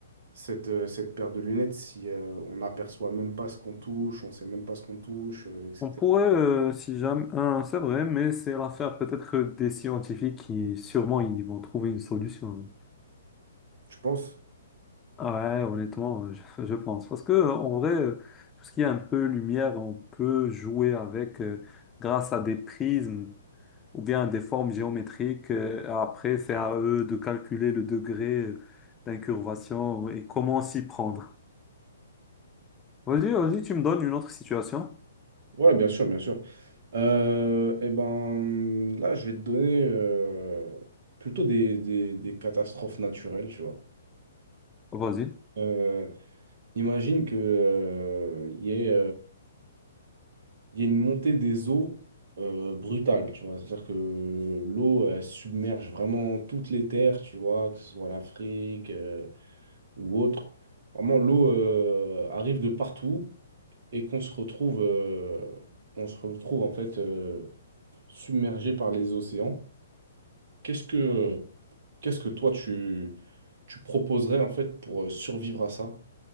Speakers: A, on the right; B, on the left.
A: cette, euh, cette paire de lunettes si euh, on n'aperçoit même pas ce qu'on touche, on sait même pas ce qu'on touche, euh, etc.
B: On pourrait, euh, si jamais, hein, c'est vrai, mais c'est l'affaire peut-être des scientifiques qui, sûrement, ils vont trouver une solution. hein.
A: Tu penses?
B: Ouais, honnêtement, je, je pense. Parce que, euh, en vrai, euh, tout ce qui est un peu lumière, on peut jouer avec euh, grâce à des prismes ou bien des formes géométriques. Euh, après, c'est à eux de calculer le degré euh, d'incurvation et comment s'y prendre. Vas-y, vas-y, tu me donnes une autre situation.
A: Ouais, bien sûr, bien sûr. Euh, eh ben, là, je vais te donner euh, plutôt des, des- des catastrophes naturelles, tu vois.
B: Vas-y.
A: Euh, imagine que euh, il y ait il y a une montée des eaux euh, brutale, tu vois. C'est-à-dire que l'eau, elle submerge vraiment toutes les terres, tu vois, que ce soit l'Afrique euh, ou autre. Vraiment, l'eau euh, arrive de partout et qu'on se retrouve, euh, on se retrouve en fait euh, submergé par les océans. Qu'est-ce que, qu'est-ce que toi, tu, tu proposerais en fait pour euh, survivre à ça?